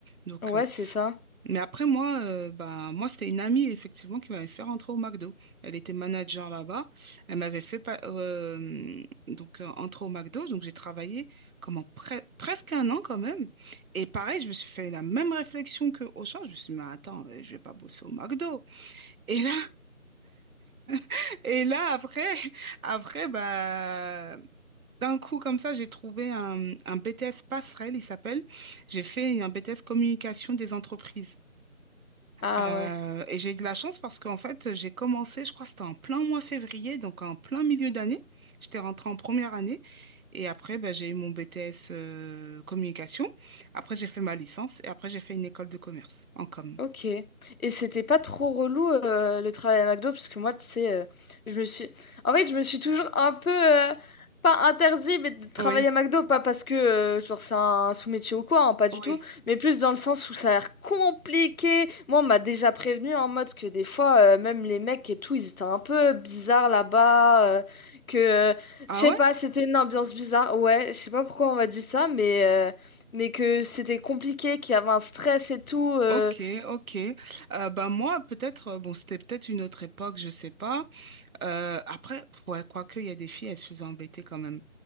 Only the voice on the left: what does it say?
Ouais,
c'est ça.
Ah
ouais.
Ok. Et c'était pas trop relou euh, le travail à McDo parce que moi, tu sais, euh, je me suis. En fait, je me suis toujours un peu euh, pas interdit, mais de travailler
à McDo, pas parce que euh, genre c'est un sous-métier ou quoi, hein, pas du tout,
mais plus dans le sens où ça a l'air compliqué. Moi, on m'a déjà prévenu en mode que des fois, euh, même les mecs et tout, ils étaient un peu bizarres là-bas, euh, que euh,
je sais
pas, c'était une ambiance bizarre. Ouais, je sais pas pourquoi on m'a dit ça, mais euh, mais que c'était compliqué, qu'il y avait un stress et tout. euh,